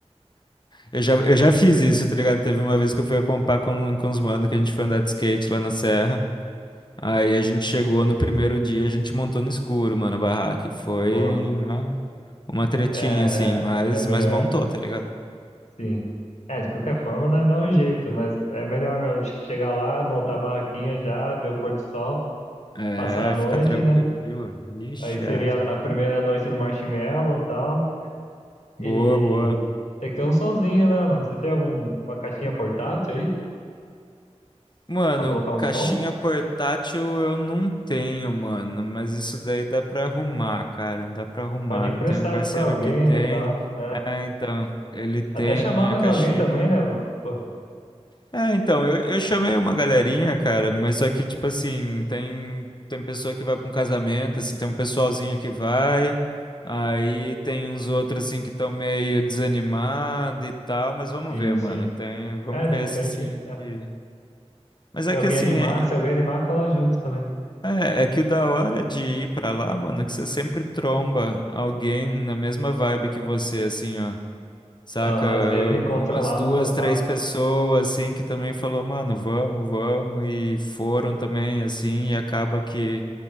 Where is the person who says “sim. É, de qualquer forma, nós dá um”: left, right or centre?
Left